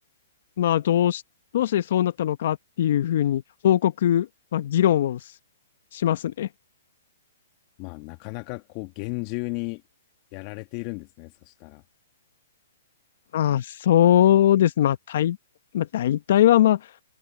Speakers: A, on the left; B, on the left.
A: まあ、どうし、どうしてそうなったのかっていうふうに報告、まあ、議論をすしますね。
B: まあ、なかなかこう、厳重にやられているんですね。そしたら。
A: ああ、そうです。まあ、大、まあ、大体は、まあ、